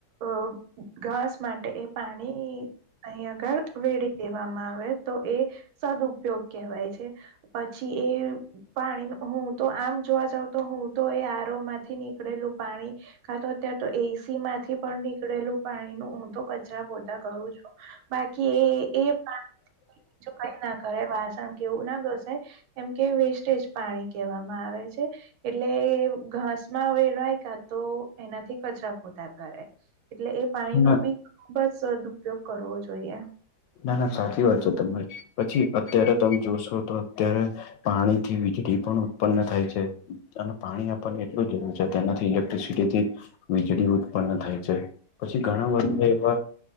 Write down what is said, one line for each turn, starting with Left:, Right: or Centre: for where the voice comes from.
Right: અ ઘાસ માટે એ પાણી એ અહીં આગળ વેડી દેવામાં આવે તો એ સદઉપયોગ કહેવાય છે. પછી એ પાણી હું તો આમ જોવા જાવ તો હું તો એ આરો માંથી નીકળેલું પાણી કા તો અત્યારે તો એસી માંથી પણ નીકળેલું પાણી નું હું તો કચરા પોતા કરું છું બાકી એ એ બીજૂ કઈ ના કરાય વાસણ કેવું ના ઘસાય એમ કે વેસ્ટેજ પાણી કહેવામાં આવે છે. એટલે ઘાસ માં વેડાય કા તો એનાથી કચરા પોતા કરે એટલે એ પાણી નો
Left: ના
Right: બી ખુબ જ સદ ઉપયોગ કરવો જોઈએ.
Left: ના ના સાચી વાત છે તમારી પછી અત્યારે તમે જોશો તો અત્યારે પાણીથી વીજળી પણ ઉત્પન્ન થાય છે અને પાણી આપણને એટલું જરૂર છે તેનાથી તો થઈ શકે કેથી વીજળી ઉત્પન્ન થાય છે પછી ઘણા બધા એવા